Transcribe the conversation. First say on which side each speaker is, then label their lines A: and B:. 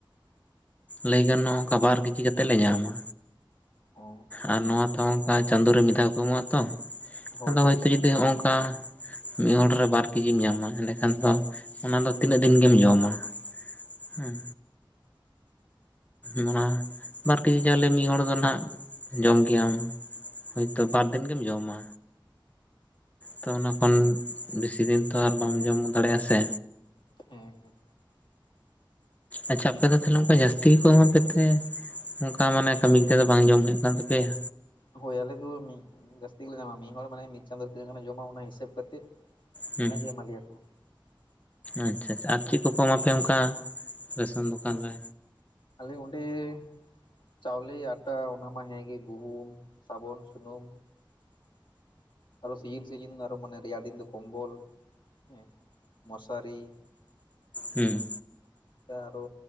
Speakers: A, on the left; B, on the left.
A: ᱞᱟᱹᱭ ᱜᱟᱱᱚᱜ-ᱟ ᱚᱱᱠᱟ ᱵᱟᱨ ᱠᱮᱡᱤ ᱠᱟᱛᱮᱫ ᱞᱮ ᱧᱟᱢᱟ᱾
B: ᱚ
A: ᱟᱨ ᱱᱚᱣᱟ ᱛᱚ ᱚᱱᱠᱟ ᱪᱟᱸᱫᱳ ᱨᱮ ᱢᱤᱫ ᱫᱷᱟᱣ ᱠᱚ ᱮᱢᱚᱜ ᱟᱛᱚ
B: ᱦᱳᱭ
A: ᱟᱫᱚ
B: ᱦᱳᱭ
A: ᱦᱚᱭᱛᱚ ᱡᱩᱫᱤ ᱦᱚᱜᱚᱝ ᱠᱟ ᱢᱤᱫ ᱦᱚᱲ ᱨᱮ ᱵᱟᱨ ᱠᱮᱡᱤᱢ ᱧᱟᱢᱟ ᱮᱸᱰᱮ ᱠᱷᱟᱱ ᱫᱚ ᱚᱱᱟ ᱫᱚ ᱛᱤᱱᱟᱹᱜ ᱫᱤᱱ ᱜᱮᱢ ᱡᱚᱢᱟ᱾ ᱦᱩᱸ ᱢᱚᱱᱟ ᱵᱟᱨ ᱠᱮᱡᱤ ᱪᱟᱣᱞᱮ ᱢᱤᱫ ᱦᱚᱲ ᱫᱚ ᱱᱟᱜ ᱡᱚᱢ ᱜᱮᱭᱟᱢ᱾ ᱦᱳᱭᱛᱳ ᱵᱟᱨ ᱫᱤᱱ ᱜᱮᱢ ᱡᱚᱢᱟ᱾ ᱛᱚ ᱚᱱᱟ ᱠᱷᱚᱱ ᱵᱮᱥᱤ ᱫᱤᱱ ᱛᱚ ᱟᱨ ᱵᱟᱢ ᱡᱚᱢ ᱫᱟᱲᱮᱭᱟᱜᱼᱟ ᱥᱮ
B: ᱦᱮᱸ ᱦᱮᱸ᱾
A: ᱟᱪᱪᱷᱟ ᱟᱯᱮ ᱫᱚ ᱛᱟᱦᱚᱞᱮ ᱚᱱᱠᱟ ᱡᱟᱹᱥᱛᱤ ᱜᱮᱠᱚ ᱮᱢᱟ ᱯᱮᱛᱮ? ᱚᱱᱠᱟ ᱢᱟᱱᱮ ᱠᱟᱹᱢᱤ ᱛᱮᱫᱚ ᱵᱟᱝ ᱡᱚᱢ ᱦᱩᱭᱩᱜ ᱠᱟᱱ ᱛᱟᱯᱮᱭᱟ᱾
B: ᱦᱳᱭ ᱟᱞᱮ ᱫᱚ ᱡᱟᱹᱥᱛᱤ ᱜᱮᱞᱮ ᱧᱟᱢᱟ᱾ ᱢᱤᱫ ᱦᱚᱲ ᱢᱟᱱᱮ ᱢᱤᱫ ᱪᱟᱸᱫᱳ ᱨᱮ ᱛᱤᱱᱟᱹᱜ ᱜᱟᱱᱮ ᱡᱚᱢᱟ ᱚᱱᱟ ᱦᱤᱥᱟᱹᱵ ᱠᱟᱛᱮᱫ
A: ᱦᱩᱸ
B: ᱩᱱᱟᱹᱜ ᱜᱮ ᱮᱢᱟ ᱞᱮᱭᱟ ᱠᱚ᱾
A: ᱟᱪᱪᱷᱟ ᱟᱪᱪᱷᱟ ᱟᱨ ᱪᱮᱫ ᱠᱚ ᱠᱚ ᱮᱢᱟ ᱯᱮᱭᱟ ᱚᱱᱠᱟ ᱨᱮᱥᱚᱱ ᱫᱚᱠᱟᱱ ᱨᱮ?
B: ᱟᱞᱮ ᱚᱸᱰᱮ ᱪᱟᱣᱞᱮ, ᱟᱴᱟ ᱚᱱᱟᱢᱟ ᱦᱮᱸᱜᱮ ᱜᱩᱦᱩᱢ ᱥᱟᱵᱚᱱ, ᱥᱩᱱᱩᱢ᱾ ᱥᱤᱡᱤᱱ ᱥᱤᱡᱤᱱ ᱟᱨᱚ ᱢᱟᱱᱮ ᱨᱮᱭᱟᱲ ᱫᱤᱱ ᱫᱚ ᱠᱚᱢᱵᱚᱞ᱾ ᱦᱮᱸ ᱢᱚᱥᱟᱨᱤ᱾
A: ᱦᱩᱸ᱾
B: ᱟᱨᱚ